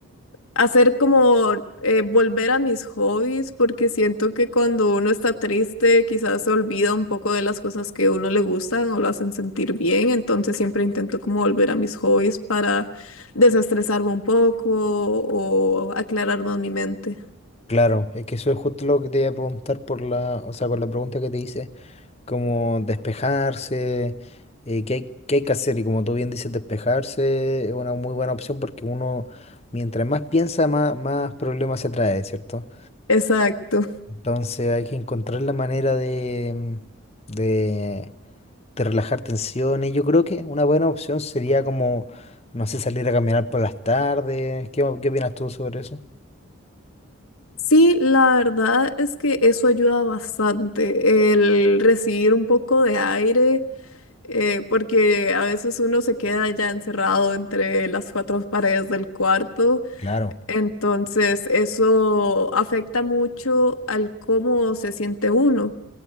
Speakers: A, on the left (about 80°); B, on the left (about 30°).
A: hacer como eh, volver a mis hobbies, porque siento que cuando uno está triste, quizás se olvida un poco de las cosas que a uno le gustan o lo hacen sentir bien, entonces siempre intento como volver a mis hobbies para desestresarme un poco o aclarar más mi mente.
B: Claro, es que eso es justo lo que te iba a preguntar por la, o sea, con la pregunta que te hice, como despejarse, eh, qué hay, qué hay que hacer. Y como tú bien dices, despejarse es una muy buena opción porque uno, mientras más piensa, más, más problemas se trae, ¿cierto?
A: Exacto.
B: Entonces hay que encontrar la manera de, mm, de, de relajar tensiones. Yo creo que una buena opción sería como, no sé, salir a caminar por las tardes. ¿Qué, qué opinas tú sobre eso?
A: Sí, la verdad es que eso ayuda bastante, el recibir un poco de aire, eh, porque a veces uno se queda ya encerrado entre las cuatro paredes del cuarto
B: Claro,
A: Entonces, eso afecta mucho al cómo se siente uno.